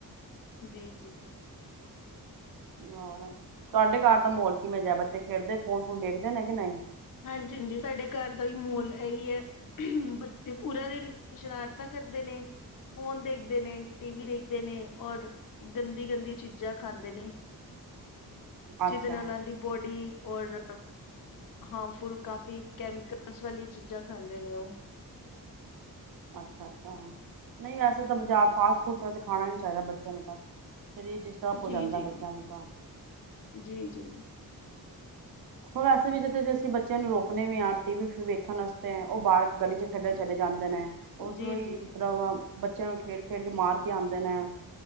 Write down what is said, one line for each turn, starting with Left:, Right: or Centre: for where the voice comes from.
Left: ਜੀ, ਜੀ
Right: ਹੋਰ ਤੁਹਾਡੇ ਘਰ ਦਾ ਮਾਹੌਲ ਕਿਵੇਂ, ਜਿਹਾ ਬੱਚੇ ਖੇਡਦੇ ਫੋਨ, ਫੋਨ ਵੇਖਦੇ ਨੇ ਕਿ ਨਹੀਂ
Left: ਹਾਂਜੀ, ਹਾਂਜੀ ਸਾਡੇ ਘਰ ਦਾ ਵੀ ਮਾਹੋਲ ਇਹੀ ਹੈ, ਬੱਚੇ ਪੂਰਾ ਦਿਨ ਸ਼ਰਾਰਤਾਂ ਕਰਦੇ ਨੇ ਫੋਨ ਦੇਖਦੇ ਨੇ ਟੀਵ ਦੇਖਦੇ ਨੇ ਔਰ ਗੰਦੀ, ਗੰਦੀ ਚੀਜ਼ਾਂ ਖਾਂਦੇ ਨੇ ਜਿਹਦੇ
Right: ਅੱਛਾ
Left: ਨਾਲ ਓਨਾ ਦੀ ਬੋਡੀ ਔਰ। ਹਾਂ ਫੁੱਲ ਕਾਫੀ ਕੈਮੀਕਲਸ ਵਾਲੀ ਚੀਜ਼ਾਂ ਖਾਂਦੇ ਨੇ ਉਹ
Right: ਅੱਛਾ, ਅੱਛਾ ਨਹੀਂ ਵੈਸੇ ਤਾਂ ਬਜ਼ਾਰ ਫਾਸਟ ਫੂਡ ਵਿੱਚ ਖਾਣਾ ਨੀ ਚਾਹੀਦਾ ਬੱਚਿਆਂ ਨੂੰ ਤਾਂ ਸਰੀਰ ਡਿਸਟਰਬ
Left: ਜੀ,
Right: ਹੋ ਜਾਂਦਾ
Left: ਜੀ,
Right: ਬੱਚਿਆਂ ਨੂੰ ਤਾਂ
Left: ਜੀ, ਜੀ,
Right: ਵੈਸੇ ਵੀ ਜਿੱਥੇ ਅਸੀਂ ਬੱਚਿਆਂ ਨੂੰ ਰੋਕਣੇ ਵੀ ਆ ਟੀ ਵੀ ਵੇਖਣ ਵਸਤੇ ਉਹ ਬਾਹਰ ਗਲੀ ਚ ਖੇਡਣ ਚਲੇ ਜਾਂਦੇ ਨੇ ਉਧਰੋਂ
Left: ਜੀ,
Right: ਹੀ
Left: ਜੀ।
Right: ਮਤਲਬ ਬੱਚਿਆਂ ਨੂੰ ਖੇਡ, ਖੇਡ ਕੇ ਮਾਰ ਕੇ ਆਉਂਦੇ ਨੇ